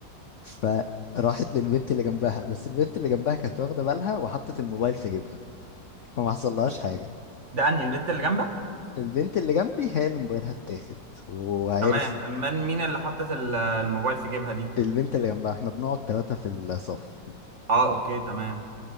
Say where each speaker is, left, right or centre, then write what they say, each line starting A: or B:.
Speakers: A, on the left (about 60°); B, on the right (about 40°).
A: فراحت للبنت اللي جنبها بس البنت اللي جنبها كانت واخده بالها وحطت الموبايل في جيبها فما حصلهاش حاجه
B: ده انهي البنت اللي جنبك
A: البنت اللي جنبي هي اللي موبايلها اتاخد وعرف
B: تمام امال مين اللي حطت ال- الموبايل في جيبها دي
A: البنت اللي جنبها احنا بنقعد ثلاثه في الصف
B: اه اوكي تمام